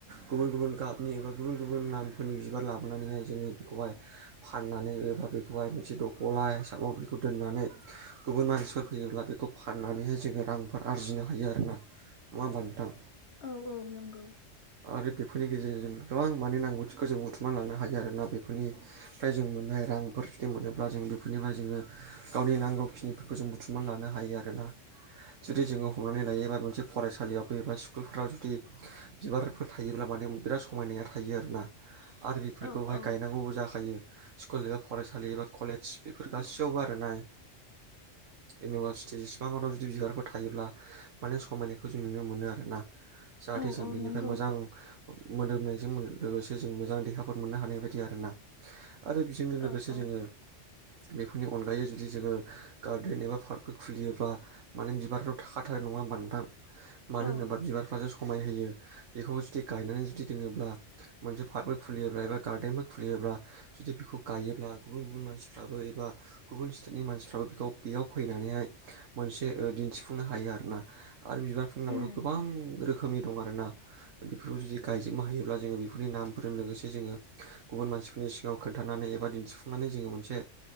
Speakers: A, on the right; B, on the left.
A: गुबुन गुबुन गाबनि एबा गुबुन गुबुन नामफोरनि बिबार लाबोनानैहाय जोङो बेखौहाय फाननानै एबा बेखौहाय मोनसे दख'ला हिसाबाव बेखौ दोननानै गुबुन मानसिफोर फैयोब्ला बेखौ फाननानैहाय जोङो रांफोर आरजिनो हायो आरोोना नङा होमबा नोंथां
B: औ औ नंगौ
A: आरो बेफोरनि गेजेरजों जों गोबां माने नांगौथिखौ जों बुथुमना लानो हायो आरोना बेफोरनि फ जों मोननाय रांफोर जुदि मोनोब्ला जों बेफोरनिफ्राय जोङो गावनि नांगौ खिनिफोरखौ जों बुथुमनानै लानो हायो आरोना जुदि जोङो हमनानै लायोबा मोनसे फरायसालियाव गैयोबा स स्कुलफोराव जुदि बिबारफोर थायोब्ला माने बिराद समायनाया थायो आरो ना आरो बेफोरखौहाय
B: औ औ
A: गायनांगौबो जाखायो स्कुल एबा फरायसालि एबा कलेज बेफोर गासैयावबो आर ना इउनिभारसिटि जसेबांवान' जुदि बिबारफोर थायोब्ला माने समायनायखौ जों नुनो मोनो आरोना जाहाथे
B: औ
A: जों
B: औ
A: बिनिफ्राय
B: नंगौ
A: मोजां मोदोमनायजों लोगोसे जों मोजां देहाफोर मोननो हानाय बायदि आरोना आरो बेजोंनो लोगोसे
B: औ औ
A: जोङो बेफोरनि अनगायै जुदि जोङो गार्देन एबा पार्कफोर खुलियोब्ला माने बिबार' थाखाथार नङा होनोमबा नोंथां मानो
B: औ
A: होनोबा बिबार ज समाय होयो बेखौ जुदि गायनानै जुदि दोनङोब्ला मोनसे पार्कबो खुलियोब्ला एबा गार्डेनबो खुलियोब्ला जुदि बेखौ गायोब्ला गुबुन गुबुन मानसिफ्राबो एबा गुबुन स्टेटनि मानसिफ्राबो बेखौ बेयाव फैनानैहाय मोनसे दिन्थिफुंनो हायो आर ना आरो बिबारफोरनि नामावथ'
B: उम
A: गोबां रोखोमनि दं आरोना बेफोरखौ जुदि गायजोबनो हायोब्ला जोङो बेफोरनि नामफोरजों लोगोसे जोङो गुबुन मानसिफोरनि सिाव खोन्थानानै एबा दिन्थिफुंनानै जोङो मोनसे